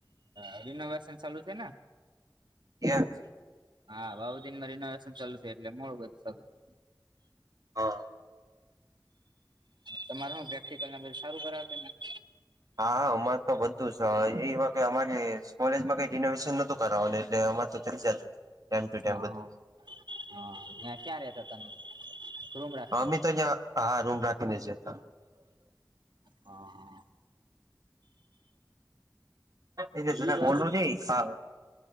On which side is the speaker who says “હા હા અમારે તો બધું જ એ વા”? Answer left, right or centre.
Right